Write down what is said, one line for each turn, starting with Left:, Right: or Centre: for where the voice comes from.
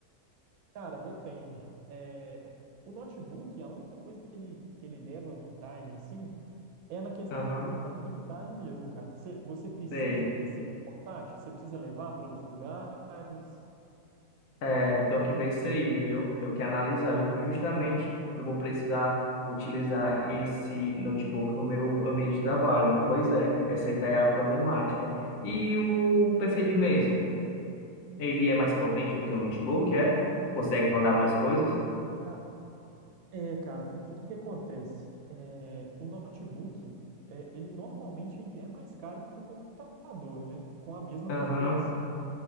Right: Cara, depende. É, o notebook, a única coisa que ele, que ele leva vantagem, assim, é na questão
Left: Aham,
Right: da portabilidade mesmo, cara. Você, você precisa
Left: sei.
Right: que seja portátil? Você precisa levar para outros lugares?
Left: É, tenho que ver isso aí, viu? Tenho que analisar. Justamente, eu vou precisar utilizar esse notebook no meu ambiente de trabalho. Pois é, essa aí tá é a problemática. E o PC de mesa? Ele é mais potente do que o notebook, é? Consegue rodar mais coisas?
Right: Ca- É, cara, porque o que que acontece? É, o notebook, é, ele normalmente ele é mais caro que o computador, né? Com a mesma
Left: Aham,
Right: configuração.